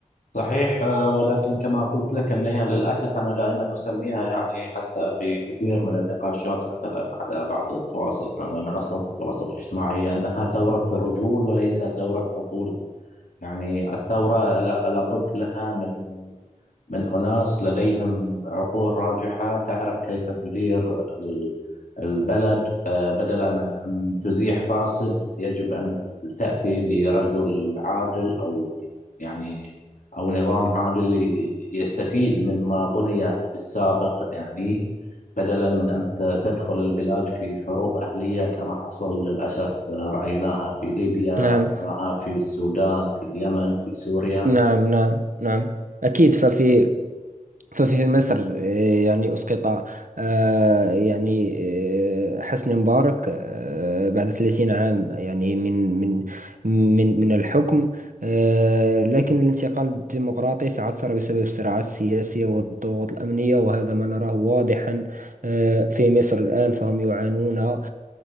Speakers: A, on the left (about 75°); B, on the right (about 75°).
A: صحيح آه، ولكن كما قلت لك أنها للأسف أنا دائما أسميها يعني حتى في كثير من النقاشات مثلا على بعض التواصل منصات التواصل الاجتماعي أنها ثورة رجول وليس ثورة عقول يعني الثورة لا- لابد لها من من أناس لديهم عقول راجحة تعرف كيف تدير ال- البلد آه، بدلا من أن تزيح فاسد يجب أن ت- تأتي برجل عادل أو يعني أو نظام عادل ي- يستفيد مما بني في السابق يعني بدلا من أن ت- تدخل البلاد في حروب أهلية كما حصل للأسف رأيناها في ليبيا
B: نعم
A: رأيناها في السودان في اليمن في سوريا
B: نعم نعم نعم أكيد ففي ففي مصر آه، يعني أسقط آه، يعني آه، حسني مبارك آه، بعد 30 عام يعني من من من من الحكم آه، لكن الانتقال الديمقراطي تعثر بسبب الصراعات السياسية والضغوط الأمنية وهذا ما نراه واضحا آه، في مصر الآن فهم يعانون آه،